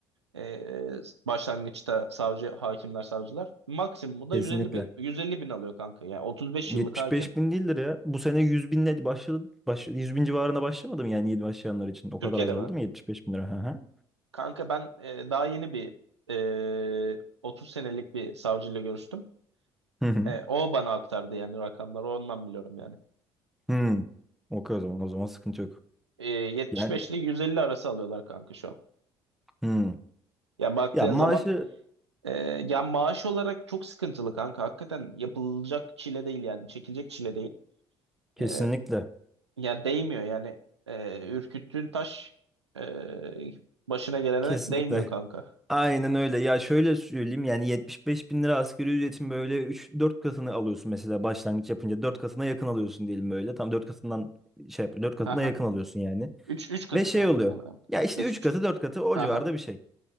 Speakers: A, on the right; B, in the centre.
A: E, başlangıçta savcı, hakimler, savcılar. Maksimumu da
B: Kesinlikle.
A: 150 bin, 150 bin alıyor kanka. Yani 35
B: 75
A: yıllık hakim.
B: bin değildir ya. Bu sene 100 binle başladı. Baş, 100 bin civarına başlamadım yani yeni başlayanlar için. O
A: Türkiye'de
B: kadar azaldı
A: mi?
B: mı 75 bin lira? Hı hı.
A: Kanka ben e, daha yeni bir e, 30 senelik bir savcıyla görüştüm.
B: Hı hı.
A: E, o bana aktardı yani rakamları ondan biliyorum yani.
B: Hı. Okey o zaman o zaman sıkıntı yok.
A: E, 75
B: Yani
A: ile 150 arası alıyorlar kanka şu an.
B: hı.
A: Ya baktığın
B: Ya maaşı
A: zaman Ee, ya maaş olarak çok sıkıntılı kanka. Hakikaten yapılacak çile değil yani. Çekilecek çile değil.
B: Kesinlikle.
A: Ee, ya değmiyor yani. Ee, ürküttüğün taş ee, başına gelene
B: Kesinlikle.
A: değmiyor kanka.
B: Aynen öyle. Ya şöyle söyleyeyim yani 75 bin lira asgari ücretin böyle üç dört katını alıyorsun mesela başlangıç yapınca 4 katına yakın alıyorsun diyelim böyle. Tam dört katından şey yap 4 katına
A: Aha.
B: yakın alıyorsun yani.
A: Üç, üç katı
B: Ve şey
A: kanka.
B: oluyor.
A: Hemen hemen.
B: Ya işte
A: Üç
B: 3
A: buçuk.
B: katı 4 katı o
A: Aha.
B: civarda bir şey.